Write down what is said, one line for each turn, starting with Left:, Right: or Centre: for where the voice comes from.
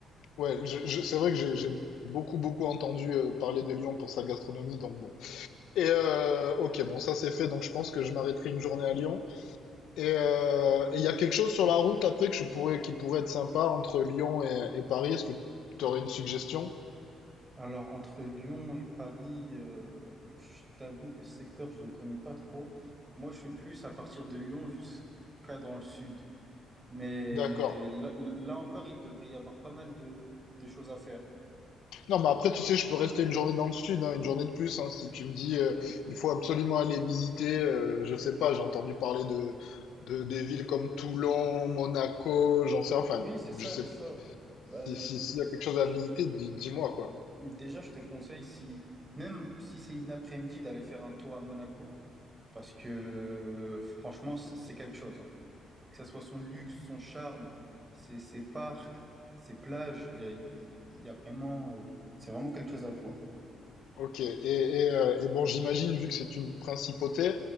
Left: Ouais, je, je- c'est vrai que j'ai j'ai beaucoup beaucoup entendu euh, parler de Lyon pour sa gastronomie, donc bon. Et euh, ok, bon ça c'est fait, donc je pense que je m'arrêterai une journée à Lyon. Et euh, et il y a quelque chose sur la route après que je pourrais, qui pourrait être sympa entre Lyon et, et Paris. Est-ce que tu aurais une suggestion?
Right: Alors, entre Lyon et Paris, euh, je t'avoue que ce secteur, je ne le connais pas trop. Moi, je suis plus à partir de Lyon jusqu'à dans le sud. Mais
Left: D'accord.
Right: là, là encore, il devrait y avoir pas mal de, de choses à faire.
Left: Non, mais après, tu sais, je peux rester une journée dans le sud, hein, une journée de plus. hein, si tu me dis, euh,
Right: Mm.
Left: il faut absolument aller visiter, euh, je sais pas, j'ai entendu parler de, de des villes comme Toulon, Monaco, j'en sais, enfin,
Right: Oui, c'est ça,
Left: je sais,
Right: c'est ça. Bah,
Left: si, si, s'il y a quelque
Right: dé-
Left: chose à visiter, dis, dis-moi, quoi.
Right: déjà, je te conseille, si, même si c'est une après-midi, d'aller faire un tour à Monaco, parce que franchement, c'est c'est quelque chose. hein. que ce soit son luxe, son charme, ses, ses parcs, ses plages, il y a, il y a vraiment, euh, c'est vraiment quelque chose à voir.
Left: Ok, et, et, euh, et bon, j'imagine, vu que c'est une principauté,